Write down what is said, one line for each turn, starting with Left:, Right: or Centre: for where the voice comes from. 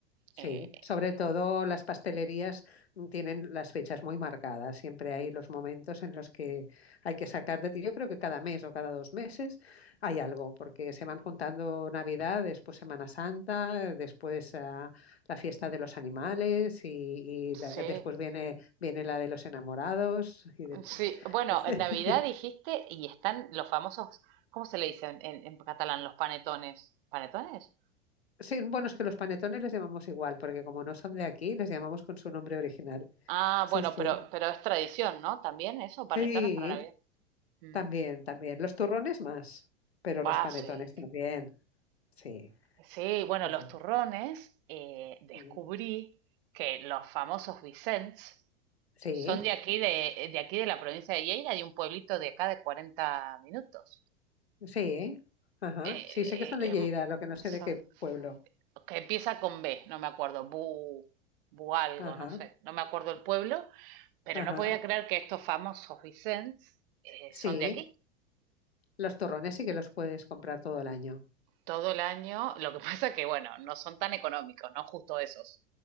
Left: sí.
Right: Eh,
Left: Sobre todo las pastelerías mm, tienen las fechas muy marcadas. Siempre hay los momentos en los que hay que sacar de... Yo creo que cada mes o cada dos meses hay algo, porque se van juntando Navidad, después Semana Santa, después ah, la fiesta de los animales y, y
Right: sí,
Left: la- después viene, Sí. viene la de los enamorados. Y de-
Right: sí. Bueno,
Left: <laughs>
Right: en Navidad dijiste y están los famosos, ¿cómo se le dice en, en- en catalán? Los panetones. ¿Panetones?
Left: Sí, bueno, es que los panetones les llamamos igual, porque como no son de aquí, les llamamos con su nombre original.
Right: Ah,
Left: Sí,
Right: bueno,
Left: sí.
Right: pero, pero es tradición, ¿no? También eso, panetones
Left: Sí,
Right: para Navidad. Mm.
Left: también, también. Los turrones más, pero los
Right: Ah,
Left: panetones
Right: sí.
Left: también. Sí,
Right: Sí, bueno,
Left: sí,
Right: los
Left: sí.
Right: turrones, eh, descubrí
Left: Mm.
Right: que los famosos Vicents
Left: Sí,
Right: son de aquí de, eh, de aquí de la provincia de Lleida, de un pueblito de acá de 40 minutos.
Left: sí. Ajá.
Right: Eh,
Left: Sí, sé que son
Right: eh,
Left: de
Right: em,
Left: Lleida, lo que no sé
Right: son-
Left: de qué pueblo.
Right: que empieza con B, no me acuerdo, Bu, Bu algo,
Left: Ajá,
Right: no sé, no me acuerdo el pueblo, pero
Left: ajá.
Right: no podía creer que estos famosos Vicents eh,
Left: Sí,
Right: son de aquí.
Left: los turrones sí que los puedes comprar todo el año.
Right: Todo el año, lo que <laughs> pasa que, bueno, no son tan económicos, no justo esos.